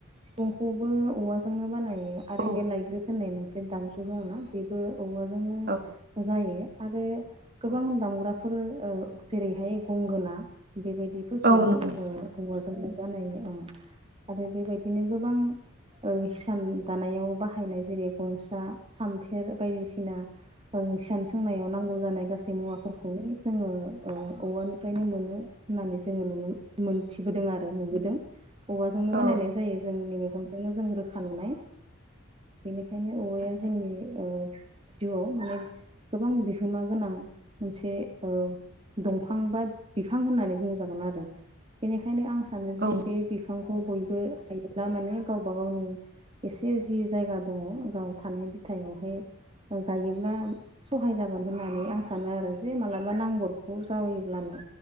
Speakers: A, on the right; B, on the right.
A: सिफुंखौबो औवाजोंनो बानायो आरो
B: औ
A: बे लायग्रोद होननाय मोनसे दामजु दंना बेबो औबवाजोंनो
B: औ
A: जायो आरो गोबां
B: औ
A: दामग्राफोर ओ जेरैहाय गंगोना बेबायदिफोरखौबो
B: औ नंगौ नंगौ
A: ओ हौवाजोंनो बानायो ओ आरो बेबायदिनो गोबां ओ हिसान दानायाव बाहायनाय जेरै गनसा सामफेर बायदिसिना सान सोंनायाव नांगौ जानाय गसिबो मुवाफोरखौनो जोङो ओ औवानिफ्रायनो मोनो होननानै जोङो मोनथिबोदों आरो नुबोदों औवाजोंनो
B: औ
A: बानायनाय जायो जोंनि खनजोंनो जों रोखा नुनाय बेनिखायनो औवाया
B: औ
A: जोंनि जिउआव माने गोबां बिहोमा गोनां मोनसे ओ दं फांबाब बिफां होननानै बुंजागोन आरो बिनिखायनो आं सानो जि
B: औ
A: बे बबो हायोब्ला मान गावब गावनि एसे जि जाया दङ गाव थानाय बिथायावहाय गायोब्ला सहाय जागोन होननानै आं सानो आरो जे मालाबा नांगौखौ जाबायोब्लानो